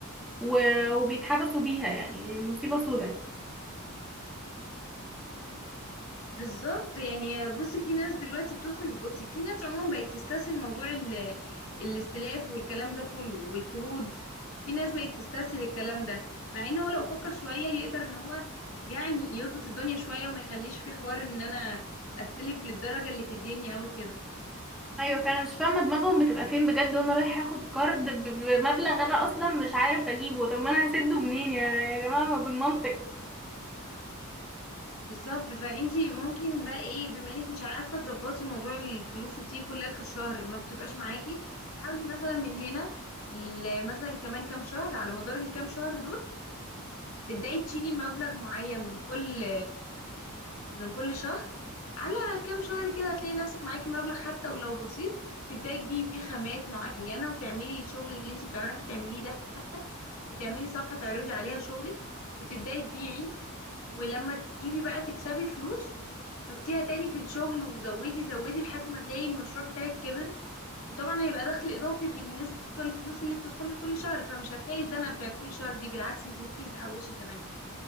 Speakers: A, in the centre; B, on the left.
A: و- وبيتحبسوا بيها يعني مصيبة سودة
B: بالظبط يعني بصي في ناس دلوقتي بتدخل بصي في ناس عموما بقت تستسهل موضوع ال... الاستلاف والكلام ده كله والقروض في ناس بقت تستسهل الكلام ده مع ان هو لو فكر شوية يقدر ان هو يعني يظبط الدنيا شوية وما يخليش في حوار ان انا استلف للدرجة اللي تديني قوي كده
A: أيوة فأنا مش فاهمة دماغهم بتبقى فين بجد وأنا رايح أخد كارد ب- بمبلغ أنا أصلا مش عارف أجيبه طب ما أنا هسده منين يا يا جماعة ما بالمنطق
B: بالظبط فانتي ممكن بقى ايه بما انك مش عارفة تظبطي موضوع الفلوس وبتيجي كل اخر شهر ما بتبقاش معاكي حاولي مثلا من هنا ل- مثلا كمان كام شهر على مدار الكام شهر دول تبدأي تشيلي مبلغ معين من كل من كل شهر على كام شهر كده هتلاقي نفسك معاكي مبلغ حتى ولو بسيط تبدأي تجيبي بيه خامات معينة وتعملي الشغل اللي انت بتعرفي تعمليه ده وتعملي صفحة تعرضي عليها شغلك وتبدأي تبيعي ولما تجيبي بقى تكسبي فلوس حطيها تاني في الشغل وزودي زودي لحد ما تلاقي المشروع بتاعك كبر وطبعا هيبقى دخل إضافي بالنسبة للفلوس اللي بتدخلك كل شهر فمش هتلاقي الزنقة بتاع كل شهر دي بالعكس انت ممكن تحوشي كمان